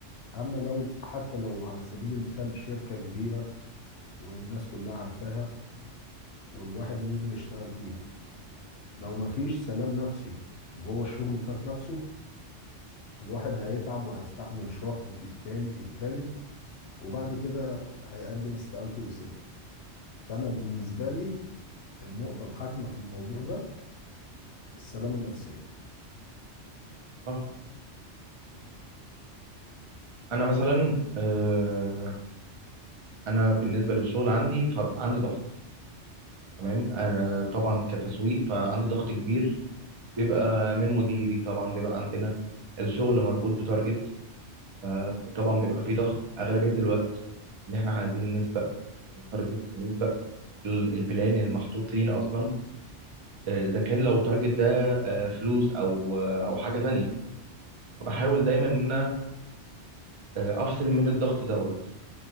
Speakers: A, on the left (about 65°); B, on the right (about 35°).
A: اما لو حتى لو على سبيل المثال شركه كبيره والناس كلها عارفاها والواحد نزل يشتغل فيها لو ما فيش سلام نفسي جوه الشغل ذات نفسه الواحد هيتعب وهيستحمل شهر في التاني في التالت وبعد كده هيقدم استقالته ويسيبها فأنا بالنسبة لي النقطة الحاكمة في الموضوع ده السلامة النفسية
B: صح انا مثلا آه، انا بالنسبه للشغل عندي فعندي ضغط تمام انا طبعا كتسويق فعندي ضغط كبير بيبقى من مديري طبعا بيبقى عندنا الشغل مربوط بتارجت آه، طبعا بيبقى فيه ضغط اغلبيه الوقت ان احنا عايزين نسبق تارجت ال- البلان اللي محطوط لينا اصلا آه، اذا كان لو التارجت ده آه، فلوس او آه، او حاجه تانية فبحاول دايما ان انا آه، افصل من الضغط دوت